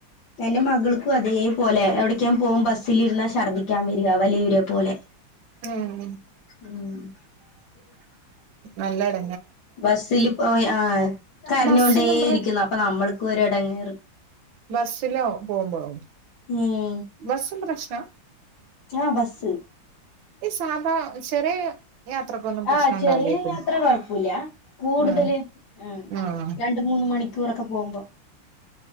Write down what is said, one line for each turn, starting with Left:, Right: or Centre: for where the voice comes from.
Left: എൻറെ മകൾക്കും അതേ പോലെ എവിട്ക്കേം പോവും ബസ്സിലിരുന്നാ ഛർദിക്കാൻ വരിക വലിയവരെ പോലെ
Right: ഉം
Left: ഉം
Right: നല്ലട
Left: ബസ്സിൽ പോയി ആ കരഞ്ഞൊണ്ടേ
Right: ബസ്സിനും
Left: ഇരിക്കുന്നു അപ്പൊ നമ്മൾക്ക് ഒരെടങ്ങേറ്
Right: ബസ്സിലൊ പോകുമ്പളോ
Left: ഉം
Right: ബസ്സ് പ്രശ്നാ
Left: ആഹ് ബസ്സ്
Right: ഈ സാധാ ചെറിയ യാത്രക്കൊന്നും പ്രശ്നം
Left: ആഹ്
Right: ഉണ്ടാവില്ലേക്കും
Left: ചെറിയ യാത്ര കുഴപ്പുല്ല കൂടുതൽ
Right: ആഹ്
Left: ആ
Right: ആഹ്
Left: രണ്ട് മൂന്ന് മണി ടൂറൊക്കെ പോകുമ്പോ